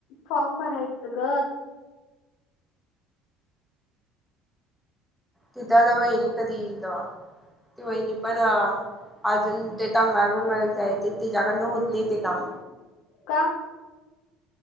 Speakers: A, on the left; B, in the centre.
A: फॉर्म भरायचं ग.
B: तिथं आता वहिनी कधी इल तवा, ती वहिनी पण अं अजून ते टंगळ मंगळ च हाय, ते तिच्याकडनं होत नाही ते काम.
A: का?